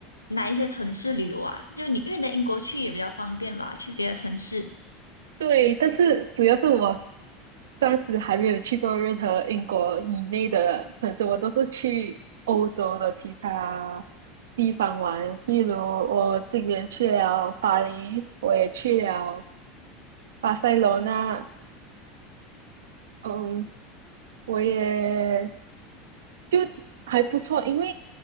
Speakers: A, on the left; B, on the right.
A: 哪一些城市旅游啊？就你，因为你在英国去也比较方便吧，去别的城市。
B: 对，但是主要是我暂时还没有去过任何英国以内的城市，我都是去欧洲的其他地方玩。比如我今年去了巴黎，我也去了巴塞罗那，嗯，我也就还不错，因为